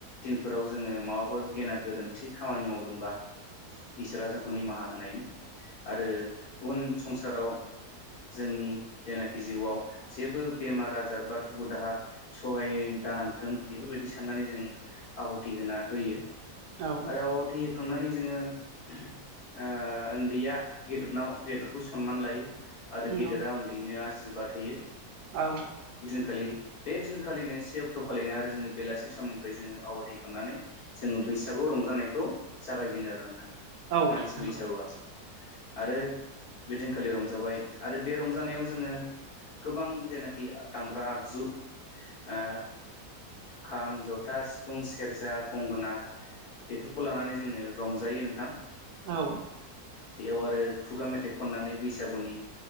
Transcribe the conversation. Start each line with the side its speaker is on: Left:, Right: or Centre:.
Left: दिनफोराव जोङो माबाफोर गेना गोरोन्थि खामानि मावदोंबा इसोरा जोंखौ निमाहा होनायनि आरो उन संसाराव जोंनि जेनाखि जिउआव जेबो बेमार आजार बा दुखु दाहा सहाय दानांथों बेफोरबायदि साननानै जों आवथि होना होयो
Right: औ
Left: आरो आवथि होखांनानै जोंङो ओ ओन्दैया गेदेरनाव गेदेरखौ सनमान लायो आरो
Right: नंगौ
Left: गेदेरा उन्दैनो आसिरबा होयो
Right: औ
Left: गोलैयो बे दिनखालिनो से अक्ट खालिनो आरो जोंङो बेलासि समनिफ्राय जोंङो आवथिहोखांनानै जोंङो बैसागु रंजानायखौ जागायजेनो आरो नों थां
Right: औ
Left: मानसि
Right: नंगौ
Left: बैसागुआ आरो बेदिनखालि रंजाबाय आरो बे रंजानायाव जोंङो गोबां जेनाखि दामग्रा आगजु ओ खाम जथा सिफुं सेरजा गंगोना बेफोरखौ लानानै जोंङो रंजायो नोंथां
Right: औ
Left: बेयाव आरो खुगा मेथाइ खननानै बैसागुनि